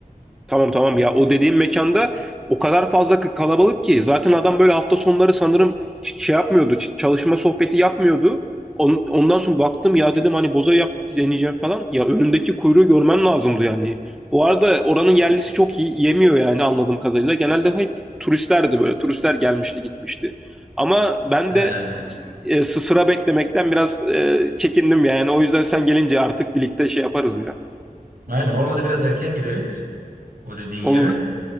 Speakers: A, in the centre; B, on the right.
A: Tamam tamam ya o dediğim mekanda o kadar fazla k- kalabalık ki zaten adam böyle hafta sonları sanırım ç- şey yapmıyordu ç- çalışma sohbeti yapmıyordu. On- ondan sonra baktım ya dedim hani boza yap deneyeceğim falan. Ya önündeki kuyruğu görmen lazımdı yani. Bu arada oranın yerlisi çok iyi yemiyor yani anladığım kadarıyla. Genelde hep turistlerdi böyle turistler gelmişti gitmişti. Ama ben
B: Ee,
A: de e, s- sıra beklemekten biraz e, çekindim yani. O yüzden sen gelince artık birlikte şey yaparız ya.
B: aynen olmadı biraz erken gideriz o dediğin yere.
A: Olur